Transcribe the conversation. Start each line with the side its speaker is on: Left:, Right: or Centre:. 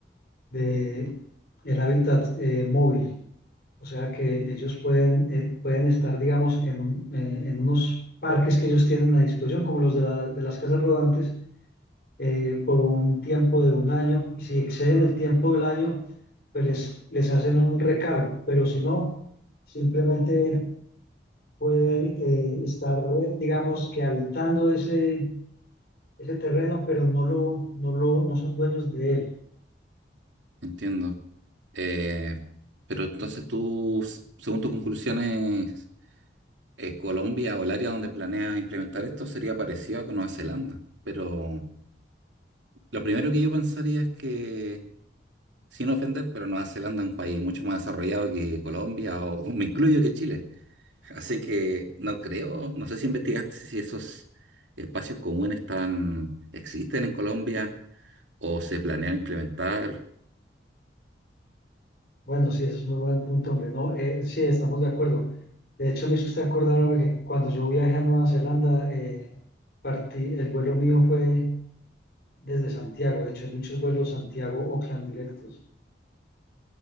Left: de el hábitat eh, móvil O sea que ellos pueden, eh, pueden estar, digamos, en, un- eh, en unos parques que ellos tienen a disposición, como los de, la- de las casas rodantes, eh, por un tiempo de un año. Y si exceden el tiempo del año, pues les, les hacen un recargo. Pero si no, simplemente pueden eh, estar, digamos, que habitando ese, ese terreno, pero no lo, no lo, no son dueños de él.
Right: Entiendo. Eh, pero entonces tú, s- según tus conclusiones, eh, Colombia o el área donde planeas implementar esto sería parecido a con Nueva Zelanda. Pero lo primero que yo pensaría es que, sin ofender, pero Nueva Zelanda es un país mucho más desarrollado que Colombia o, o me incluyo que Chile. Así que no creo, no sé si investigaste si esos espacios comunes están, existen en Colombia o se planean implementar.
Left: Bueno, sí, eso es muy buen punto, hombre. No, eh, sí, estamos de acuerdo. De hecho, me hizo usted acordar, hombre, que cuando yo viajé a Nueva Zelanda, eh, partí, el vuelo mío fue desde Santiago. De hecho, hay muchos vuelos Santiago-Oakland directos.